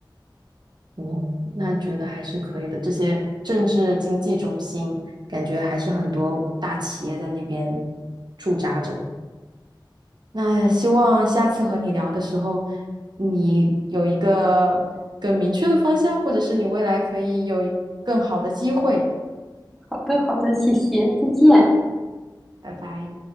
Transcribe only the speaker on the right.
哦，那觉得还是可以的。这些政治经济中心，感觉还是很多大企业在那边驻扎着。那希望下次和你聊的时候，你有一个更明确的方向，或者是你未来可以有一更好的机会。
拜拜。